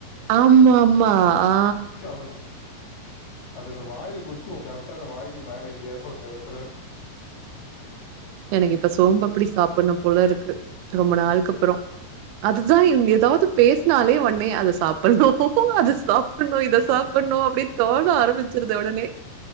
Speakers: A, on the right; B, on the left.
A: ஆமாமா ஆ
B: அது அது இந்த வாய்ல குத்து கரெக்டா இந்த வாய்க்கு மேல எங்கயாச்சு ஒன்னு எடத்துல
A: எனக்கு
B: குத்திக்கிட்டு
A: இப்ப சோன்பப்டி
B: அது
A: சாப்புணு போல இருக்கு ரொம்ப நாள்க்கப்றோ அதுதா இவுங்க எதாவ்து பேசுனாலே ஒன்னே அத சாப்புண்ணு அது சா ப்புற்ணு இத
B: ம்.
A: சாப்புற்ணு அப்டின் தோண ஆரம்பிச்சிருது ஒடனே